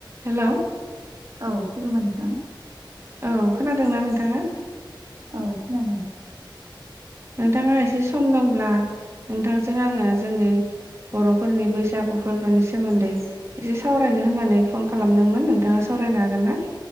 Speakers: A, on the right; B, on the right.
A: हेल'
B: औ खुलुमबाय नोंथां।
A: औ खोनादोंना नोंथाङा?
B: औ खोनादों।
A: नोंथाङा एसे सम दंब्ला नोंथांजों आङो जोंनि बर'फोरनि बैसागु फोरबोनि सोमोन्दै एसे सावरायनो होननानै फन खालामदोंमोन नोंथाङा सावरायनो हागोन ना?